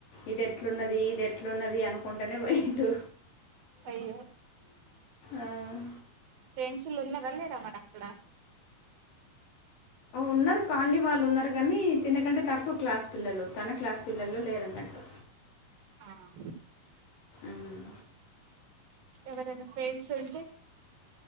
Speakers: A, on the left; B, on the right.
A: ఇది ఎట్లున్నది ఇది ఎట్లున్నది అనుకుంటనే పోయిండు
B: అయ్యో
A: ఆహ్
B: ఫ్రెండ్స్ లు ఉన్నర లేరా మరి అక్కడ
A: ఉన్నారు కాలనీ వాళ్ళు ఉన్నారు కానీ తినకంటే తక్కువ క్లాస్ పిల్లలు తన క్లాస్ పిల్లలు లేరన్నట్టు
B: ఆహ్
A: మ్.
B: ఎవరైనా ఫ్రెండ్స్ ఉంటే